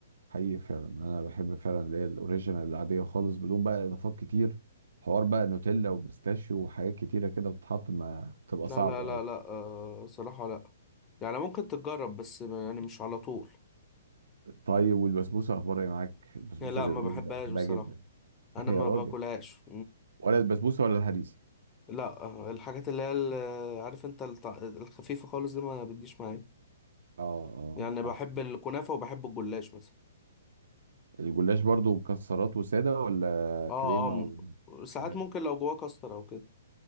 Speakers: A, on the right; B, on the left.
A: حقيقي فعلا انا بحب فعلا اللي هي الاوريجينال العاديه خالص بدون بقى اضافات كتير حوار بقى نوتيلا وبيستاشيو وحاجات كتيره كده بتتحط ما تبقى
B: لا
A: صعبه
B: لا لا
A: قوي
B: لا آه صراحه لا يعني ممكن تتجرب بس ما- يعني مش على طول
A: طيب والبسبوسه اخبارها ايه معاك البسبوسه
B: يعني لا
A: جميله
B: ما بحبهاش
A: جدا بحبها
B: بصراحه
A: جدا <laughs>
B: انا
A: يا
B: ما
A: راجل
B: باكلهاش
A: ولا البسبوسه ولا الهريسه
B: لا آه، الحاجات اللي هي ال- عارف انت التع- الخفيفة خالص دي ما بتجيش معايا
A: اه اه
B: يعني بحب
A: عارف.
B: الكنافة وبحب الجلاش مثلا
A: الجلاش برضو مكسرات وساده ولا
B: اه
A: كريمه
B: اه م- ساعات
A: وحاجات
B: ممكن لو جواه كاستر او كده